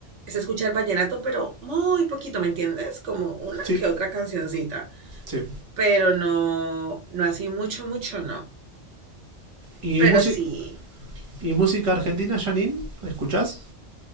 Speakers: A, on the right; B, on the right.
A: se escucha el vallenato, pero muy poquito, ¿me entiendes? Como una
B: Sí,
A: que otra cancioncita,
B: sí.
A: pero no, no así mucho, mucho, no.
B: ¿Y,
A: Pero
B: musi-
A: sí.
B: y música argentina, Janine? ¿Escuchás?